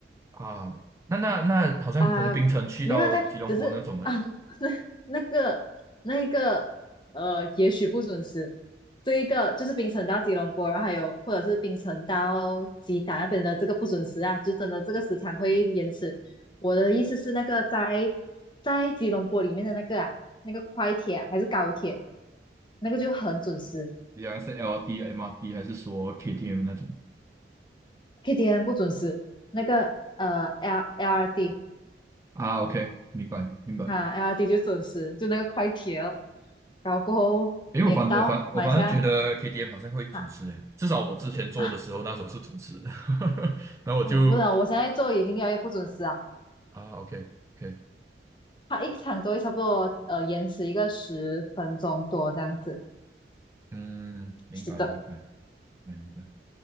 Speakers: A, on the right (about 15°); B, on the left (about 25°).
A: 啊。那那那好像从槟城去到吉隆坡那种嘞，
B: 啊，没有在，只是啊，<laughs> 那那个那个呃，也许不准时。这一个就是冰城到吉隆坡，然后还有或者是冰城到吉打那边的这个不准时啊，就真的这个时长会延迟。我的意思是那个在在吉隆坡里面的那个啊，那个快铁啊还是高铁，那个就很准时
A: 你讲是 LRT、m r D 还是说 KTM 那种？
B: k t n 不准时，那个呃 L l r D
A: 啊，OK，明白明白。
B: 哈、l r D 就准时，就那个快铁哦。然后过后你也知道，
A: 因为我反正反我反正觉得
B: 马来西亚
A: k t m 好像会准时诶，
B: 哈
A: 至少我之前做的时候那时候是准时的，
B: 啊，
A: <laughs> 然后我就
B: 我不知道，我现在做已经越来越不准时啊，
A: 啊，OK OK，
B: 它一场都会差不多呃延迟一个十分钟多这样子。
A: 嗯，明白明白
B: 是的，
A: 明白，